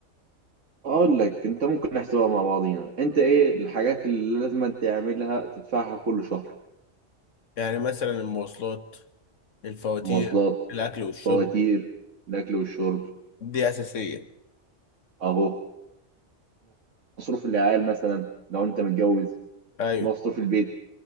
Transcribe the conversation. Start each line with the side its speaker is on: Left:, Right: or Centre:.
Right: اقول لك انت ممكن نحسبها مع بعضينا انت ايه الحاجات اللي لازم تعملها تدفعها كل شهر
Left: يعني مثلا المواصلات الفواتير
Right: مواصلات
Left: الأكل والشرب
Right: فواتير الاكل والشرب
Left: دي أساسية
Right: اهو مصروف العيال مثلا لو انت متجوز
Left: ايوه
Right: مصروف البيت